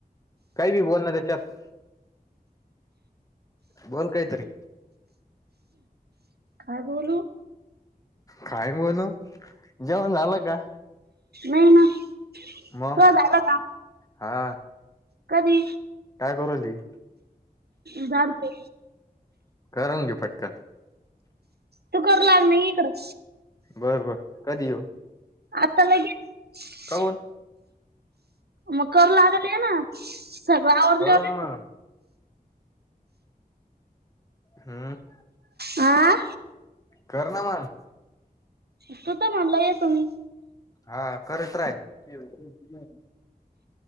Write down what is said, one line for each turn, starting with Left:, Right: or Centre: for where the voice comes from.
Left: काही बी बोलना त्याच्यात. बोल काहीतरी.
Right: काय बोलू?
Left: काय बोलू? जेवण झालं का?
Right: नाइ ना.
Left: मग?
Right: तुझं झालं का
Left: हा.
Right: कधी?
Left: काय करून राहिली?
Right: झाडते
Left: करून घे पटकन.
Right: तू करू लाग न, इ इकडं.
Left: बर बर कधी येऊ
Right: आता लगेच.
Left: करून
Right: मग करु लागाले ये ना. सगळ आवरल्यावर
Left: करून
Right: येतो
Left: मग
Right: का?
Left: हम्म.
Right: आं.
Left: करना मग
Right: ह तू तर म्हणला येतो मी.
Left: हा करत राय. <unintelligible>